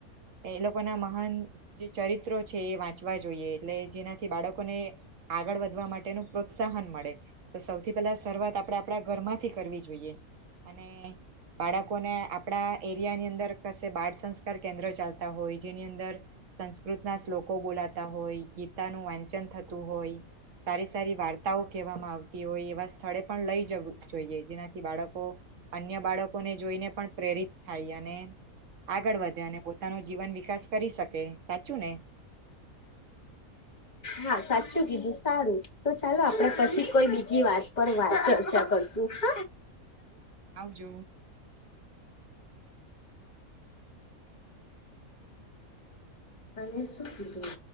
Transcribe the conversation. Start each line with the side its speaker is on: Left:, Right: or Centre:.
Right: એ લોકોના મહાન જે ચરિત્રો છે એ વાંચ વા જોઈએ એટલે જેનાથી બાળકોને આગળ વધવા માટેનું પ્રોત્સાહન મળે તો સૌથી પહેલાં શરૂઆત આપણે આપણા ઘરમાંથી કરવી જોઈએ અને બાળકોને આપણાં એરિયાની અંદર કશે બાળ સંસ્કાર કેન્દ્ર ચાલતા હોય જેની અંદર સંસ્કૃતનાં શ્લોકો બોલા તા હોય, ગીતાનું વાંચન થતું હોય, સારી-સારી વાર્તાઓ કહેવામાં આવતી હોય એવા સ્થળે પણ લઈ જવું. જોઈએ જેનાથી બાળકો અન્ય બાળકોને જોઈને પણ પ્રેરિત થાય અને આગળ વધે અને પોતાનો જીવન વિકાસ કરી શકે. કે સાચું ને?
Left: હા સાચું કીધું, સારું તો ચાલો આપડે પછી કોઈ બીજી વાત પર વાત ચર્ચા કરશું હ.
Right: આવજો.
Left: અને શું કીધું?